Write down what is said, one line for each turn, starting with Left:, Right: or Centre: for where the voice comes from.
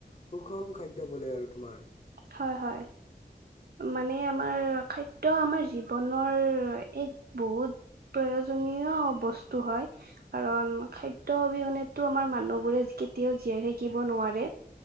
Left: সুষম খাদ্য বোলে আৰু তোমাৰ।
Right: হয়, হয়। মানে আমাৰ খাদ্য আমাৰ জীৱনৰ এক বহুত প্ৰয়োজনীয় বস্তু হয়, কাৰণ খাদ্য খাদ্য অবিহনেটো আমাৰ মানুহবোৰে কেতিয়াও জীয়াই থাকিব নোৱাৰে